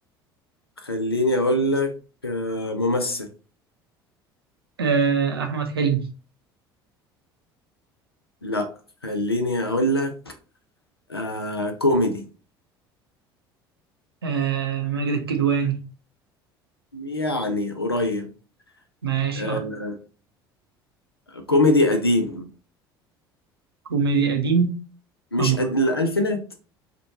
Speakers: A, on the left; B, on the right.
A: خليني اقول لك آه، ممثل
B: آه، احمد حلمي
A: لا خليني اقول لك آه كوميدي
B: آه، ماجد الكدواني
A: يعني قريب
B: ماشي
A: آه
B: أرق.
A: كوميدي قديم
B: كوميدي قديم
A: مش
B: آه،
A: قد... الالفينات